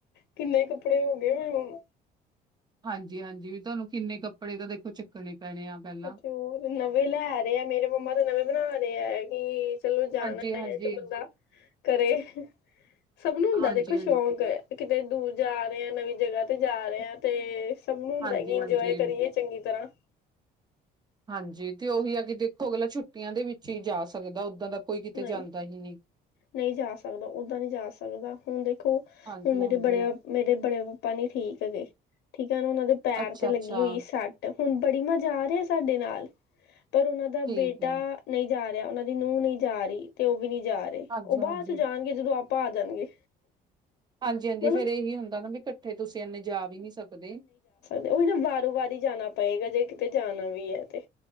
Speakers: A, on the left; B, on the right.
A: ਕਿੰਨੇ ਕੱਪੜੇ ਹੋ ਗਏ ਮ
B: ਹਾਂਜੀ- ਹਾਂਜੀ ਵੀ ਤੁਹਾਨੂੰ ਕਿੰਨੇ ਕੱਪੜੇ ਤਾਂ ਦੇਖੋ ਚੱਕਣੇ ਪੈਣੇ ਆ ਪਹਿਲਾਂ।
A: ਅ ਤੇ ਉਹ ਨਵੇਂ ਲੈ ਰਹੇ ਆ ਮੇਰੇ ਮੰਮਾ ਤੇ ਨਵੇਂ ਬਣਾ ਰਹੇ ਹੈ ਕਿ ਚਲੋ ਜਾਣਾ
B: ਹਾਂਜੀ-ਹਾਂਜੀ।
A: ਹੈ ਤੇ ਬੰਦਾ ਕਰੇ ਸਭ ਨੂੰ ਹੁੰਦਾ
B: ਹਾਂਜੀ-ਹਾਂਜੀ।
A: ਦੇਖੋ ਸ਼ੌਂਕ, ਕਿਤੇ ਦੂਰ ਜਾ ਰਹੇ ਆ ਨਵੀਂ ਜਗ੍ਹਾ ਤੇ ਜਾ ਰਹੇ ਆ ਤੇ ਸਭ ਨੂੰ ਹੁੰਦਾ
B: ਹਾਂਜੀ-ਹਾਂਜੀ।
A: ਕਿ ਇੰਜੋਏ
B: ਹਾਂਜੀ ਹਾਂਜੀ ਹਾਂਜੀ
A: ਕਰੀਏ ਚੰਗੀ ਤਰ੍ਹਾਂ
B: ਹਾਂਜੀ ਤੇ ਉਹੀ ਆ ਕਿ ਦੇਖੋ ਅਗਲਾ ਛੁੱਟੀਆਂ ਦੇ ਵਿੱਚ ਹੀ ਜਾ ਸਕਦਾ ਉੱਦਾਂ ਦਾ ਕੋਈ ਕਿਤੇ
A: ਨਹੀਂ
B: ਜਾਂਦਾ ਹੀ ਨਹੀਂ
A: ਨਹੀਂ ਜਾ ਸਕਦਾ ਓਦਾਂ ਨਹੀਂ ਜਾ ਸਕਦਾ ਹੁਣ ਦੇਖੋ
B: ਹਾਂਜੀ-ਹਾਂਜੀ
A: ਹੁਣ ਮੇਰੇ ਬੜੇ ਮੇਰੇ ਬੜੇ ਪਾਪਾ ਨੀ ਠੀਕ ਹੈਗੇ, ਠੀਕ ਹੈ ਉਹਨਾਂ ਦੇ ਪੈਰ
B: ਅੱਛਾ-ਅੱਛਾ
A: ਤੇ ਲੱਗੀ ਹੋਈ ਸਟ ਹੁਣ ਬੜੀ ਮਾਂ ਜਾ ਰਹੇ ਹੈ ਸਾਡੇ ਨਾਲ, ਪਰ ਉਹਨਾਂ ਦਾ
B: ਠੀਕ
A: ਬੇਟਾ
B: ਹੈ।
A: ਨਹੀਂ ਜਾ ਰਿਹਾ ਉਹਨਾਂ ਦੀ ਨੂੰਹ ਨਹੀਂ ਜਾ ਰਹੀ ਤੇ ਉਹ ਵੀ ਨਹੀਂ ਜਾ ਰਹੇ
B: ਹਾਂਜੀ
A: ਉਹ ਬਾਅਦ
B: ਹਾਂਜੀ
A: ਚ ਜਾਣਗੇ ਜਦੋਂ ਆਪਾਂ ਆ ਜਾਣਗੇ।
B: ਹਾਂਜੀ ਹਾਂਜੀ
A: ਮਤਲਬ
B: ਫੇਿਰ ਇਹੀ ਹੁੰਦਾ ਨਾ ਵੀ ਇਕੱਠੇ ਤੁਸੀਂ ਇੰਨੇ ਜਾ ਵੀ ਨਹੀਂ ਸਕਦੇ।
A: ਦੇ ਉਹੀ ਨਾ ਵਾਰੋ ਵਾਰ ਹੀ ਜਾਣਾ ਪਏਗਾ ਜੇ ਕਿਤੇ ਜਾਣਾ ਵੀ ਹੈ ਤੇ